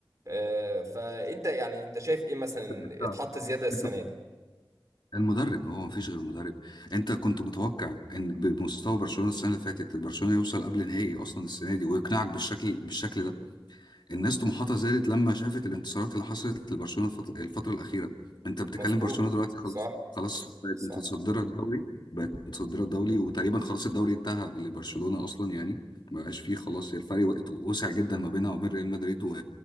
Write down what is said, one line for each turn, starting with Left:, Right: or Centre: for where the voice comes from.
Right: آه، فانت يعني انت شايف ايه مثلا
Left: انت
Right: اتحط زياده السنه
Left: انت كنت-
Right: دي
Left: المدرب هو مفيش غير المدرب انت كنت متوقع ان بمستوى برشلونه السنه اللي فاتت برشلونه يوصل قبل نهائي اصلا السنه دي ويقنعك بالشكل بالشكل ده الناس طموحاتها زادت لما شافت الانتصارات اللي حصلت لبرشلونه الفت- الفتره الاخيره انت بتتكلم
Right: مظبوط
Left: برشلونه دلوقتي خلاص
Right: صح
Left: خلاص بقت
Right: صح
Left: متصدره الدوري بقت متصدره الدوري وتقريبا خلاص الدوري انتهى لبرشلونه اصلا يعني ما بقاش فيه خلاص هي الفرق وقت- وسع جدا ما بينها وبين ريال مدريد و...